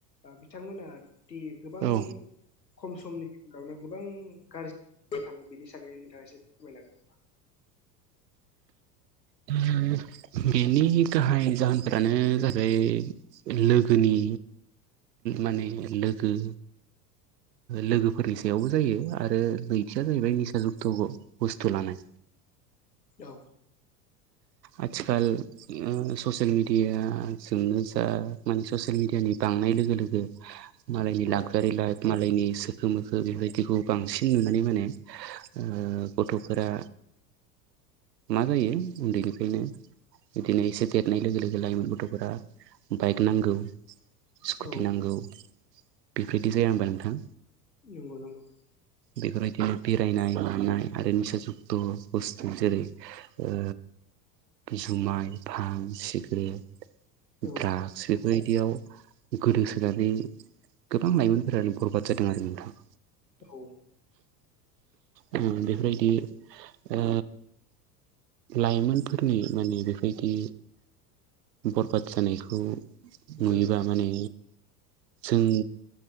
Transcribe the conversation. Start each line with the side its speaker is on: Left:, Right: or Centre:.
Left: बिथांमोना दि गोबां
Right: औ
Left: खम समनि गेजेरावनो गोबां गाज्रि थाङो बेनि थाखाय नोंथाङा एसे फोरमायनो हागोन नामा
Right: <unintelligible> बेनि गाहाय जाहोनफोरानो जाबाय लोगोनि माने लोगो लोगोफोरनि सायावबो जायो आरो नैथिया जाहैबाय निसा जुक्त ग बुस्थुलानाय
Left: औ
Right: आथिखाल ओ ससियेल मिडिया जोंनो जा माने ससियेल मिडियानि बांनाय लोगो -लोगो मालायनि
Left: औ
Right: लाक्जारि लाइफ मालायनि सोखो -मोखो बेबायदिखौ बांसिन नुनानै माने ओ गथ'फोरा मा जायो उन्दैनिफ्रायनो बिदिनो एसे देरनाय लोगो -लोगो लाइमोन गथ'फोरा बाइक नांगौ
Left: औ
Right: स्कुटि नांगौ बेफोरदि जाया होनबा नोंथां?
Left: औ नंगौ -नंगौ
Right: बेफोरबायदिनो बेरायनाय मानाय आरो निसा जुक्त' बुस्थु जेरै- ओ जुमाय फां सिगारेट
Left: औ
Right: ड्रागस बे बेबायदियाव गोदोसोनानै गोबां लाइमोनफोरानो बरबाद जादों आरो नोंथां-
Left: औ
Right: बेफोरबायदि ओ लाइमोनफोरनि माने बेबायदि बरबाद जानायखौ
Left: जों
Right: नुयोबा माने जों